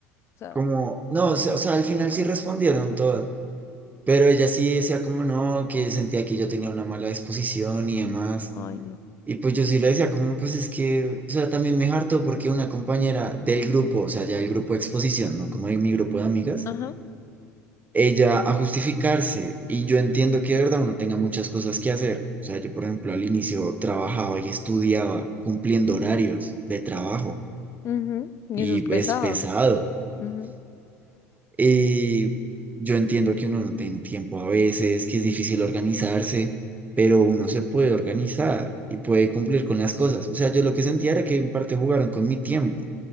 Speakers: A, on the left; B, on the right.
A: sea,
B: como, no, o sea, o sea, al final sí respondieron todas, pero ella sí decía como no, que sentía que yo tenía una mala disposición y demás.
A: ay, no.
B: Y pues yo sí le decía como, pues es que, o sea, también me hartó porque una compañera del grupo, o sea, ya del grupo de exposición, ¿no? Como de mi grupo de amigas
A: Ajá.
B: ella a justificarse. Y yo entiendo que de verdad uno tenga muchas cosas que hacer. O sea, yo, por ejemplo, al inicio trabajaba y estudiaba cumpliendo horarios de trabajo
A: Ujú. Y
B: y
A: eso es pesado.
B: es pesado.
A: Ujú.
B: Y yo entiendo que uno no tiene tiempo a veces, que es difícil organizarse, pero uno se puede organizar y puede cumplir con las cosas. O sea, yo lo que sentía era que en parte jugaron con mi tiempo,